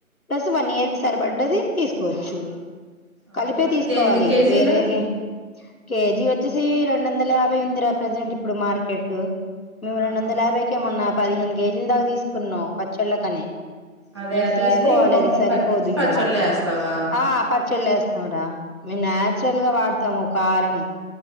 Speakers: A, on the left; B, on the right.
A: ప్లస్ వన్ ఇయర్ కి సరిపడ్డది తీసుకోవచ్చు
B: ఆ
A: కలిపే
B: అయితే
A: తీసుకోవాలి
B: ఎన్ని కేజీలు
A: వేర్వేరుగేమ్ కేజీ వచ్చేసి రెండు వందల యాభై ఉందిరా ప్రజెంట్ ఇప్పుడు మార్కెట్ మేము రెండు
B: ఆహా
A: వందల యాభైక ఏమన్నా పదిహేను కేజీల దాకా తీసుకున్నాం పచ్చళ్ళకని
B: అదే
A: ఇంక
B: అదే
A: తీసుకోవాలి
B: అయితే ఇక మొత్తం
A: అది సరిపోదు
B: పట్టించి
A: ఇంకా
B: పచ్చళ్ళ
A: మాకి
B: వేస్తావా
A: ఆ పచ్చళ్ళు వేస్తాంరా మేము నాచురల్ గా వాడతాము కారం